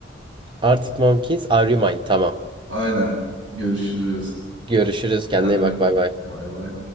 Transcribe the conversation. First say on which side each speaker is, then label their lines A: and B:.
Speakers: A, on the right; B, on the right.
A: Arctic Monkeys, Are You Mine? Tamam.
B: Aynen. Görüşürüz.
A: Görüşürüz. Kendine
B: Kendine
A: iyi bak.
B: iyi bak.
A: Bay bay.
B: Bay bay.